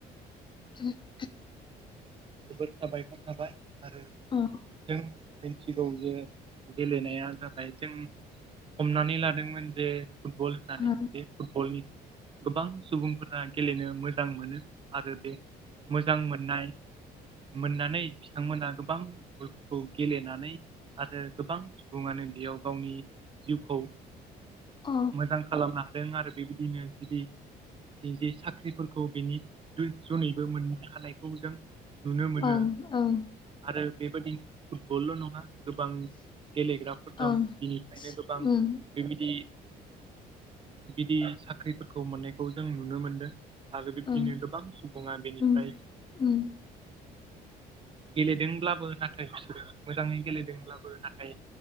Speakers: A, on the left (about 30°); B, on the right (about 30°).
A: <inaudible>
B: जोबोर साबायखर साबाय आरो
A: अ
B: जों। मिथिगौ जे गेलेनाया जाबाय जों हमनानै लादोंमोन जे फुटबल होननानै।
A: अ
B: फुटबलनिखौ गोबां सुबुंफोरा गेलेनो मोजां मोनो आरो। मोजां मोननाय मोननानै बिथांमोना गोबां खौ गेलेनानै आरो गोबां सुबुङानो बेयाव गावनि जिउखौ।
A: अ
B: मोजां खालामनो हादों आरो बेबायदिनो जुदि जे साख्रिफोरखौ बेनि जुनैबो मोननो हानायखौ जों नुनो मोनो
A: औ औ।
B: आरो बेबायदिनो फुटबलल' नङा गोबां गेलेग्राफोर
A: ओं
B: दं बिनिफ्रायनो गोबां
A: उम
B: बेबायदि बिदि साख्रिफोरखौ मोननायखौ जों नुनो मोनदों आरो बिब्दिनो
A: ओं
B: गोबां सुबुङा बेनिफ्राय।
A: उम उम।
B: गेलेदोंब्लाबो नाथाय बिसोरो मोजाङै गेलेदोंब्लाबो नाथाय।